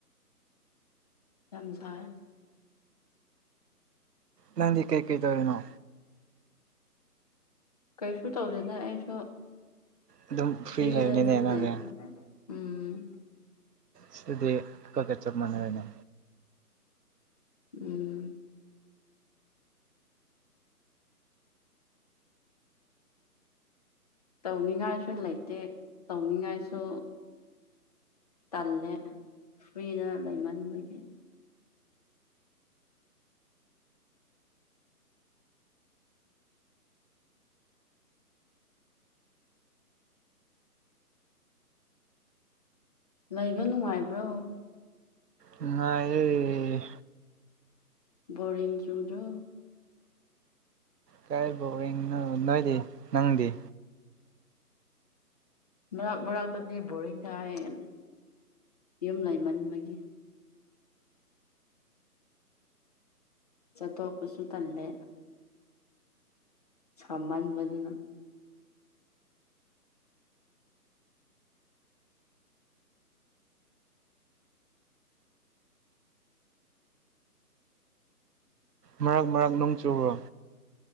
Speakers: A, on the left (about 25°); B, on the right (about 80°).
A: ꯂꯝꯝꯖꯥꯏ
B: ꯅꯗꯤ ꯀꯩ ꯀꯩ ꯇꯧꯔꯅꯣ
A: ꯀꯩꯁꯨ ꯇꯧꯗꯦꯗ ꯑꯩꯁꯨ
B: ꯑꯗꯨꯝ ꯐ꯭ꯔꯤ
A: ꯐ꯭ꯔꯤꯗ
B: ꯂꯩꯕꯅꯤꯅꯦꯅꯗꯦ
A: ꯑꯗꯨꯝ ꯂꯩ ꯎꯝ
B: ꯁꯗꯗꯤ ꯄꯒ ꯆꯞ ꯃꯥꯟꯅꯔꯦꯅꯦ
A: ꯎꯝ ꯇꯧꯅꯤꯡꯉꯥꯏꯁꯨ ꯂꯩꯇꯦ ꯇꯧꯅꯤꯡꯉꯥꯏꯁꯨ ꯇꯜꯂꯦ ꯐ꯭ꯔꯤꯗ ꯂꯩꯃꯟꯕꯒꯤ ꯂꯩꯕ ꯅꯨꯡꯉꯥꯏꯕ꯭ꯔꯣ
B: ꯅꯨꯡꯉꯥꯏꯌꯦ
A: ꯕꯣꯔꯤꯡ ꯆꯨꯗꯣ
B: ꯀꯥꯏ ꯕꯣꯔꯤꯡꯅꯣ ꯅꯣꯏꯗꯤ ꯅꯪꯗꯤ
A: ꯃꯔꯥꯛ ꯃꯔꯥꯛꯇꯗꯤ ꯕꯣꯔꯤꯡ ꯀꯥꯏꯅ ꯌꯨꯝ ꯂꯩꯃꯟꯕꯒꯤ ꯆꯠꯊꯣꯛꯄꯁꯨ ꯇꯜꯂꯦ ꯁꯃꯟꯍꯟꯕꯗꯨꯅ
B: ꯃꯔꯛ ꯃꯔꯛ ꯅꯣꯡ ꯆꯨꯨꯕ꯭ꯔꯣ